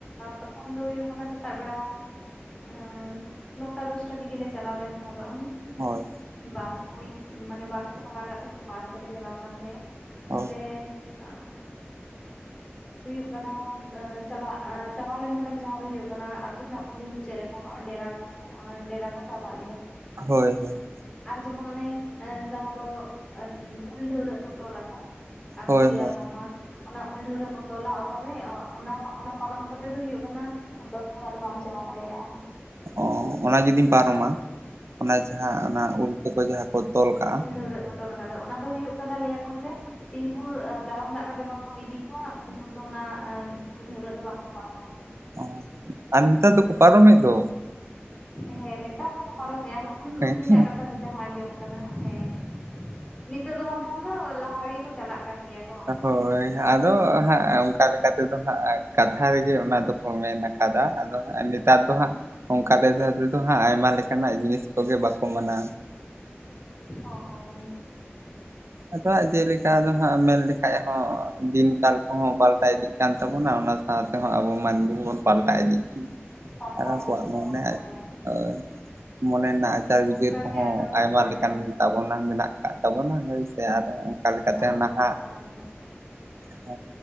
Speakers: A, on the left (about 20°); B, on the right (about 85°).
A: ᱛᱚᱠᱷᱚᱱ ᱫᱚ ᱦᱩᱭᱩᱜ ᱠᱟᱱᱟ ᱥᱮᱛᱟᱜ ᱵᱮᱲᱟ ᱟ ᱱᱚᱴᱟ ᱫᱚᱥᱴᱟ ᱫᱤᱜᱮ ᱞᱮ ᱪᱟᱞᱟᱣ ᱞᱮᱱ ᱛᱟᱦᱮᱸ ᱫᱚᱜ -ᱟᱱ
B: ᱦᱳᱭ
A: ᱵᱟᱥ ᱠᱚᱭᱤᱡᱽ ᱢᱟᱱᱮ ᱵᱟᱥ ᱠᱚ ᱵᱷᱟᱲᱟ ᱟᱠᱟᱫ ᱛᱟᱦᱮᱸ ᱛᱚ ᱵᱟᱥ ᱛᱮᱞᱮ ᱪᱟᱞᱟᱣ ᱠᱟᱱ ᱛᱟᱦᱮᱸᱜᱼᱟ
B: ᱦᱳᱭ
A: ᱚᱸᱰᱮ ᱮ ᱦᱩᱭᱩᱜ ᱠᱟᱱᱟ ᱮ ᱪᱟᱞᱟᱜ ᱪᱟᱞᱟᱣ ᱞᱮᱱᱠᱷᱟᱱᱮᱢ ᱡᱟᱦᱟᱸ ᱫᱚ ᱦ ᱦᱩᱭᱩᱜ ᱠᱟᱱᱟ ᱟ ᱟᱹᱛᱩ ᱨᱮᱱᱟᱜ ᱠᱩᱞᱦᱤ ᱢᱩᱪᱟᱹᱫ ᱨᱮᱠᱚ ᱰᱮᱨᱟ ᱚ ᱰᱮᱨᱟ ᱠᱚ ᱥᱟᱵ-ᱟᱫ ᱞᱮᱭᱟ
B: ᱦᱳᱭ ᱦᱳᱭ
A: ᱟᱨ ᱡᱮᱢᱚᱱ ᱚᱱᱮ ᱡᱟᱦᱟᱸ ᱫᱚ ᱩᱞ ᱰᱷᱟᱹᱣᱨᱟᱹᱜ ᱠᱚ ᱛᱚᱞᱟᱠᱚ ᱟᱨᱠᱚ
B: ᱦᱳᱭ
A: ᱞᱟᱹᱭᱟ
B: ᱦᱳᱭ
A: ᱵᱟᱝᱢᱟ ᱚᱱᱟ ᱩᱞ ᱰᱷᱟᱹᱣᱨᱟᱹᱜ ᱠᱚ ᱛᱚᱞᱟ ᱚᱠᱟᱨᱮ ᱚᱱᱟ ᱚᱱᱟ ᱯᱟᱨᱚᱢ ᱠᱟᱛᱮᱜ ᱫᱚ ᱦᱩᱭᱩᱜ ᱠᱟᱱᱟ ᱵᱟᱹᱦᱩ ᱚᱲᱟᱜ ᱫᱚ ᱵᱟᱢ ᱪᱟᱞᱟᱣ ᱫᱟᱲᱮᱭᱟᱜᱼᱟ
B: ᱚ ᱚᱱᱟ ᱡᱩᱫᱤᱢ ᱯᱟᱨᱚᱢᱟ ᱚᱱᱟ ᱡᱟᱦᱟᱸ ᱚᱱᱟ ᱩᱞ ᱛᱮᱠᱚ ᱡᱟᱦᱟᱸ ᱠᱚ ᱛᱚᱞ ᱠᱟᱜᱼᱟ
A: ᱰᱟᱹᱣᱟᱹᱜ ᱠᱚ ᱛᱚᱞ ᱟᱫᱚ ᱚᱱᱟ ᱫᱚ ᱦᱩᱭᱩᱜ ᱠᱟᱱᱟ ᱞᱟᱹᱭᱟᱠᱚ ᱡᱮ ᱛᱤᱱ ᱵᱷᱳᱨ ᱫᱟᱨᱟᱢ ᱫᱟᱜ ᱠᱟᱛᱮᱜ ᱵᱟᱝᱠᱚ ᱤᱫᱤ ᱠᱚᱣᱟ ᱩᱱᱯᱚᱨ ᱫᱚ ᱚᱱᱟ ᱩᱞ ᱰᱷᱟᱹᱨᱟᱹᱜ ᱫᱚ ᱵᱟᱝᱠᱚ ᱯᱟᱨᱚᱢᱟ
B: ᱚ ᱟᱨ ᱱᱮᱛᱟᱨ ᱫᱚᱠᱚ ᱯᱟᱨᱚᱢᱮᱫ ᱫᱚ
A: ᱦᱮᱸ ᱱᱮᱛᱟᱨ ᱫᱚᱠᱚ ᱯᱟᱨᱚᱢᱮᱜᱼᱟ ᱟᱫᱚ ᱩᱱ
B: ᱦᱮᱸ
A: ᱩᱱᱫᱤᱱᱟᱜ
B: ᱦᱮᱸ
A: ᱠᱟᱛᱷᱟ ᱫᱚ ᱡᱟᱦᱟᱸ ᱟᱸᱡᱚᱢ ᱠᱟᱱᱟ ᱦᱮᱸ ᱱᱤᱛᱚᱜ ᱫᱚ ᱵᱟᱝᱠᱷᱟᱱ ᱫᱚ ᱞᱟᱦᱟ ᱨᱮᱜᱮ ᱠᱚ ᱪᱟᱞᱟᱜ ᱠᱟᱱ ᱜᱮᱭᱟ ᱠᱚ ᱵᱟᱝ ᱥᱮ
B: ᱦᱳᱭ ᱟᱫᱚ ᱦᱟᱸᱜ ᱚᱱᱠᱟ ᱞᱮᱠᱟ ᱛᱮᱫᱚ ᱦᱟᱸᱜ ᱠᱟᱛᱷᱟ ᱨᱮᱜᱮ ᱚᱱᱟ ᱫᱚᱠᱚ ᱢᱮᱱᱠ ᱟᱫᱚ ᱮᱤᱛ ᱫᱚ <unintelligible> ᱚᱱᱠᱟᱞ ᱫᱷᱟᱨ ᱛᱮᱫᱚ ᱦᱟᱸᱜ ᱟᱭᱢᱟ ᱞᱮᱠᱟᱱᱟᱜ ᱡᱤᱱᱤᱥ ᱠᱚᱜᱮ ᱵᱟᱠᱚ ᱢᱟᱱᱟ
A: ᱦᱳᱭ
B: ᱟᱫᱚᱷᱟᱜ ᱡᱮᱞᱮᱠᱟ ᱫᱚ ᱦᱟᱸᱜ ᱢᱮᱱ ᱞᱮᱠᱷᱟᱡ ᱦᱚᱸ ᱫᱤᱱ ᱠᱟᱞ ᱠᱚᱦᱚᱸ ᱯᱟᱞᱴᱟᱣ ᱤᱫᱤᱜ ᱠᱟᱱ ᱛᱟᱵᱚᱱᱟ ᱚᱱᱟ ᱥᱟᱶᱛᱮᱦᱚᱸ ᱟᱵᱚ ᱢᱟᱹᱱᱢᱤ ᱦᱚᱸᱵᱚᱱ ᱯᱟᱞᱴᱟᱣ ᱤᱫᱤᱜ ᱜᱮᱭᱟ
A: ᱯᱟᱞᱴᱟᱣ ᱤᱫᱤᱜ
B: <inaudible> ᱠᱚᱣᱟᱜ
A: ᱠᱟᱱᱟ
B: ᱢᱚᱱᱮ
A: ᱵᱚᱱ ᱦᱳᱭ
B: ᱳᱚᱭ ᱢᱚᱱᱮ ᱨᱮᱱᱟᱜ ᱟᱪᱟᱨ ᱵᱤᱪᱟᱹᱨ
A: ᱚᱱᱠᱟ
B: ᱠᱚᱦᱚᱸ
A: ᱜᱮ ᱟᱫᱚ
B: ᱟᱭᱢᱟ
A: ᱦᱮᱸ
B: ᱞᱮᱠᱟᱱ ᱜᱮᱛᱟᱵᱚᱱᱟ ᱢᱮᱱᱟᱜ ᱟᱠᱟᱫ ᱛᱟᱵᱚᱱᱟ ᱦᱳᱭ ᱥᱮ ᱟᱨ ᱚᱱᱠᱟ ᱞᱮᱠᱟᱛᱮ
A: ᱟᱫᱚ
B: ᱱᱟᱦᱟᱜ
A: ᱦᱳᱭ ᱦᱳᱭ
B: ᱦ